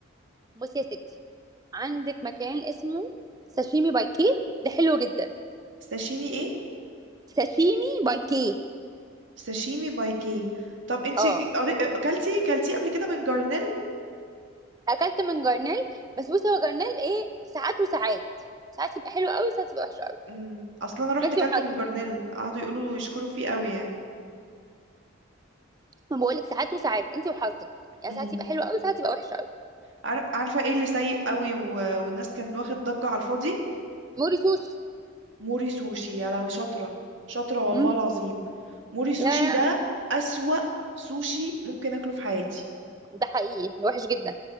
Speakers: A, on the right; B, on the right.
A: بصي يا ستي عندك مكان اسمه ساشيمي باي كي ده حلو جدا
B: ساشيمي ايه
A: ساشيمي باي كي
B: ساشيمي بايكي طب انتي
A: اه
B: قري- اكلتي كلتيه قبل كده من جارنيل
A: اكلت من جرنال بس بصي هو جرنال ايه ساعات وساعات ساعات يبقى حلو قوي ساعات يبقى وحش قوي
B: امم اصلا انا رحت
A: ما انت
B: كلته
A: وحظك
B: من جارنيل قعدوا يقولوا يشكروا فيه قوي يعني
A: ما بقول لك ساعات وساعات انت وحظك يعني
B: امم
A: ساعات يبقى حلو قوي ساعات يبقى وحش قوي
B: عار- عارفه ايه اللي سيء قوي و... والناس كانت واخد ضجه على الفاضي
A: موري سوشي
B: موري سوشي يا لهوي شاطره شاطره والله
A: مم.
B: العظيم موري سوشي
A: لا
B: ده
A: لا
B: اسوأ سوشي ممكن اكله في حياتي
A: ده حقيقي وحش جدا